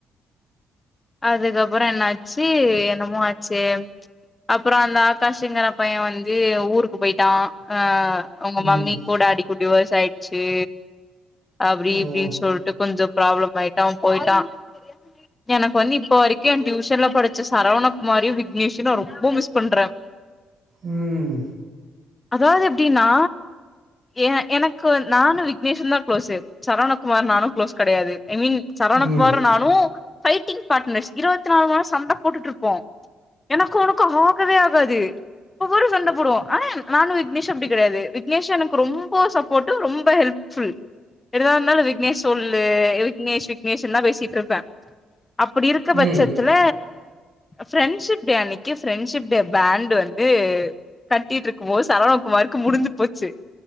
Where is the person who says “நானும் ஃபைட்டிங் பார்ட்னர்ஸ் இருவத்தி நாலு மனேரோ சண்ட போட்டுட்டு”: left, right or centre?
Left